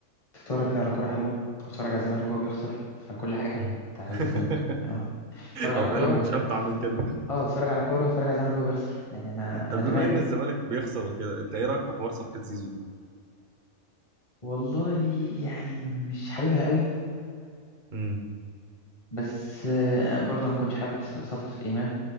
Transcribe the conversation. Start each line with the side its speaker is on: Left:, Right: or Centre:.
Left: تتفرج فيه على كورة حلوة وتتفرج على الزمالك وهو بيخسر فكل حاجة حلوة
Right: مم.
Left: انت عايز
Right: <laughs>
Left: ايه تاني اه اتفرج على
Right: هو
Left: كورة
Right: فعلا مش امتع من كده
Left: اه اتفرج على كورة واتفرج على الزمالك وهو بيخسر يعني انا
Right: طب
Left: انا تمام
Right: بما ان الزمالك بيخسر وكده انت ايه رايك في حوار صفقه زيزو
Left: والله يعني مش حاببها قوي
Right: امم
Left: بس آه، برضه انا ما كنتش حابب صفقة إمام